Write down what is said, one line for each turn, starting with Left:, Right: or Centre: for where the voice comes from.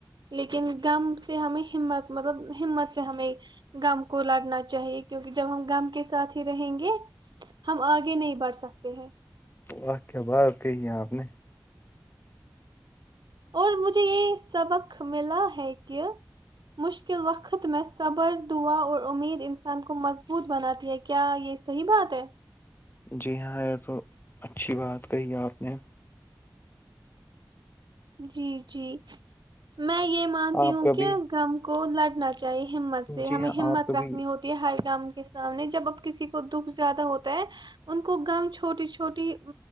Right: لیکن غم سے ہمیں ہمت مطلب ہمت سے ہمیں غم کو لڑنا چاہیے کیونکہ جب ہم م کے ساتھ ہی رہیں گے ہم آگے نہیں بڑھ سکتے ہیں
Left: واہ کیا بات کہی ہے آپ نے
Right: اور مجھے یہ سبق ملا ہے کہ مشکل وقت میں صبر دعا اور امید انسان کو مضبوط بناتی ہے کیا یہ صحیح بات ہے
Left: جی ہاں یہ تو اچھی بات کہی آپ نے
Right: جی جی میں یہ مانتی
Left: آپ
Right: ہوں
Left: کبھی
Right: کہم کون لٹنا چاہے ہمت سے ہمیں
Left: جی ہاں
Right: ہمت
Left: آپ کبھی
Right: رکھنی ہوتی ہے ہ گم کے سامنے جب اب کسی کو دکھ زیادہ ہوتا ہے ان کو گم چھوٹی چھوٹی